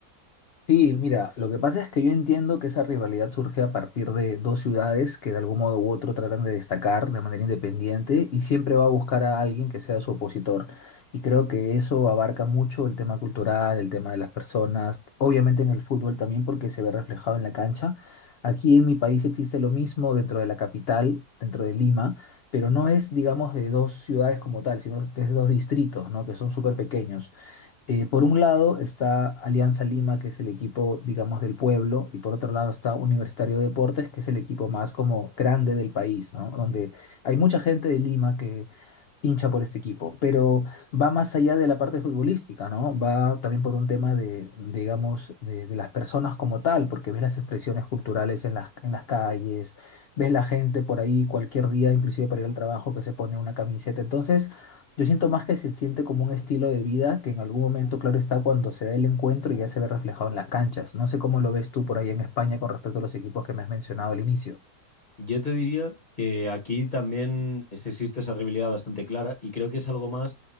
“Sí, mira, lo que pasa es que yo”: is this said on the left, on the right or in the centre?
Left